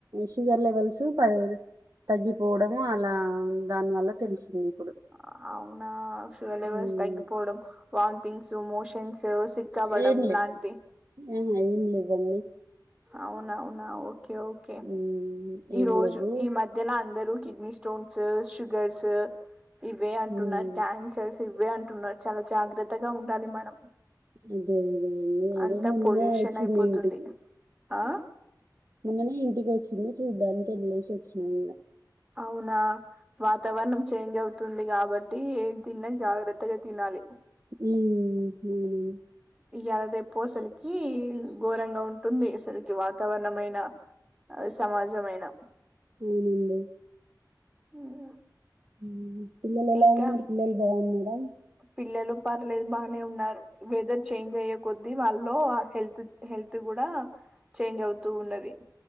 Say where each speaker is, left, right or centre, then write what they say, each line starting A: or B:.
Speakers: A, on the right (about 50°); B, on the right (about 15°).
A: షుగర్ లెవెల్స్ ప తగ్గిపోవడము అలా దానివల్ల తెలిసిందిప్పుడ్
B: ఆహ్ అవునా షుగర్ లెవెల్స్
A: ఉమ్,
B: తంగిపోవడం వాన్థింగ్సు మోషన్స్ తో సిక్కవడం
A: ఏం లేవు
B: లాంటి
A: ఆహా ఏం లేవండి
B: అవునవునావు ఓకే ఓకే
A: ఉమ్, ఏం
B: ఈ రోజు
A: లేవు
B: ఈ మధ్యలా అందరు కిడ్నీ స్టోన్స్ షుగర్స్ ఇవే అంటున్నారు
A: ఉమ్,
B: క్యాన్సర్స్ ఇవ్వే అంటున్నారు చాలా జాగ్రత్తగా ఉండాలి మనం
A: అదే అదే అన్న అదే
B: అంతా
A: మొన్ననే
B: పొల్యూషన్
A: వచ్చింది
B: అయిపోతుంది
A: ఇంటికి
B: ఆ
A: మొన్ననే ఇంటికి వచ్చింది చూడ్డానికి వెళ్లేసి వచ్చిన నేను
B: అవునా వాతావరణం చేంజ్ అవుతుంది కాబట్ టి ఏన్ తిన్న జాగ్రత్తగా తినాలి
A: ఉహ్ ఆహ్
B: ఈయలా రేపో సలికి ఘోరంగా ఉంటుంది అసలుకి వాతావరణమైన ఆహ్ సమాజమైన
A: అవునండి.
B: ఉమ్,
A: ఉహ్ పిల్లలు ఎలా
B: ఇంకా
A: ఉన్నారు పిల్లలు బాగున్నారా
B: పిల్లలు పర్లేదు బాగనే ఉన్నారు. వెదర్ చేంజ్ అయ్యే కొద్ద్దీ వాళ్ళ లో హెల్త్ హెల్త్ కూడా చేంజ్ అవుతూ ఉన్నది.